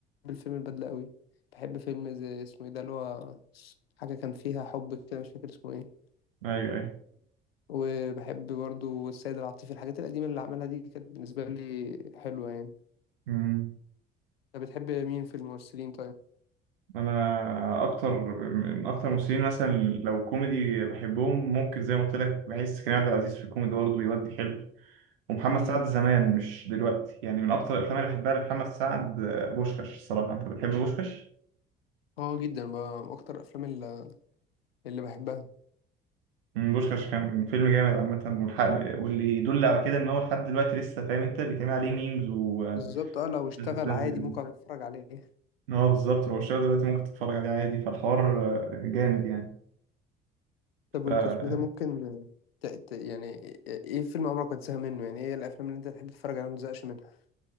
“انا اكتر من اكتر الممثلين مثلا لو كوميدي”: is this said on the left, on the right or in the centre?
Right